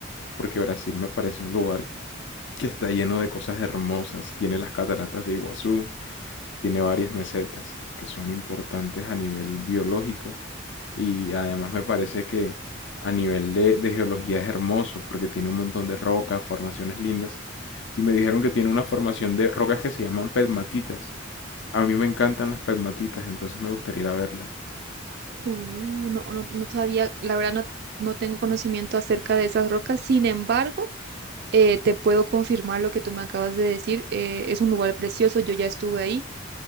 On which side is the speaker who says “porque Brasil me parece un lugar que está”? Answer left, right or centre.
Left